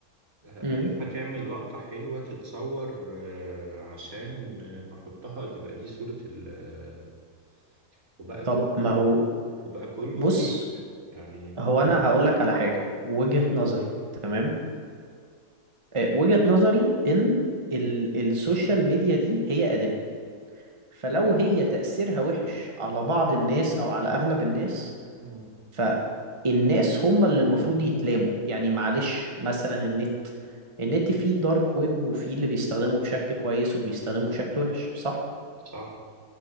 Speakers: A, on the right (about 60°); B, on the right (about 20°).
A: آه،
B: مم.
A: هدفها تعمل لقطة حلوة تتصور آه، عشان نحطها تبقى دي صورة ال آه، وبقى
B: طب
A: كله
B: ما هو
A: وبقى كله
B: بص
A: فيك يعني
B: هو انا هقول لك على حاجه وجهه نظري تمام آه، وجهه نظري ان ال السوشيال ميديا دي هي اداه فلو هي تاثيرها وحش على بعض الناس او على اغلب الناس
A: مم.
B: فالناس هم اللي المفروض يتلاموا يعني معلش مثلا النت النت فيه الدارك ويب وفيه اللي بيستخدمه بشكل كويس واللي بيستخدمه بشكل وحش صح
A: صح